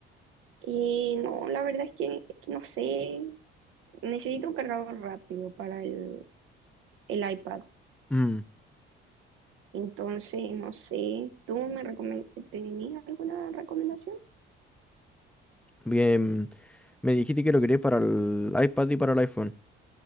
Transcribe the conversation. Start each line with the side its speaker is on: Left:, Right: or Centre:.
Right: Y no, la verdad es que, es que no sé, necesito un cargador rápido para el, el iPad.
Centre: Mm,
Right: Entonces, no sé, ¿tú me recomen- tenías alguna recomendación?
Centre: Bien, me dijiste que lo queréis para el iPad y para el iPhone.